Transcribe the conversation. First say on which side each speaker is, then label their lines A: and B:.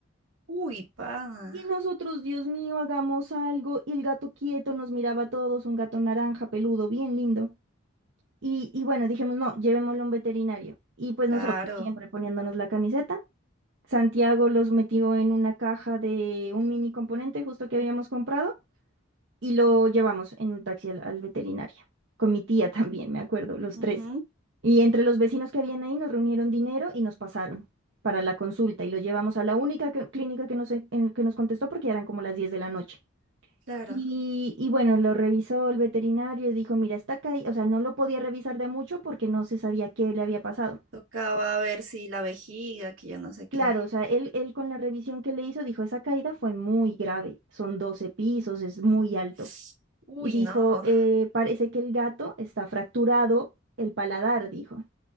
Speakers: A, on the right (about 85°); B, on the right (about 65°).
A: uy, pana.
B: Y nosotros, Dios mío, hagamos algo. Y el gato quieto nos miraba a todos, un gato naranja, peludo, bien lindo. Y, y bueno, dijimos, no, llevémoslo a un veterinario. Y pues
A: Claro.
B: nosotros, siempre poniéndonos la camiseta, Santiago los metió en una caja de un mini componente justo que habíamos comprado y lo llevamos en un taxi al, al veterinario, con mi tía <laughs> también, me acuerdo, los
A: ujú,
B: tres. Y entre los vecinos que habían ahí nos reunieron dinero y nos pasaron para la consulta y lo llevamos a la única que- clínica que nos, en- que nos contestó porque ya eran como las 10 de la noche.
A: claro.
B: Y, y bueno, lo revisó el veterinario y dijo, mira, está caído, o sea, no lo podía revisar de a mucho porque no se sabía qué le había pasado.
A: Tocaba ver si la vejiga, que yo no sé
B: Claro,
A: qué.
B: o sea, él, él con la revisión que le hizo dijo, esa caída fue muy grave, son 12 pisos, es muy alto.
A: <gasps> Uy,
B: Y dijo,
A: no.
B: "Eh, parece que el gato está fracturado el paladar, dijo.